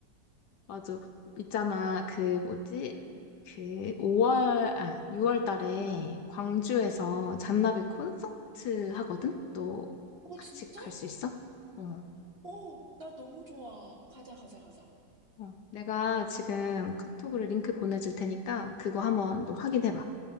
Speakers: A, on the left; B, on the right.
A: 맞아. 있잖아, 그, 뭐지?
B: 응
A: 그, 5월, 아, 6월 달에 광주에서
B: 응
A: 잔나비 콘서트 하거든? 너
B: 어
A: 같이
B: 진짜?
A: 갈 수 있어? 어,
B: 어, 나 너무 좋아. 가자 가자 가자.
A: 어. 내가 지금 카톡으로 링크 보내줄 테니까 그거 한번 너 확인해봐.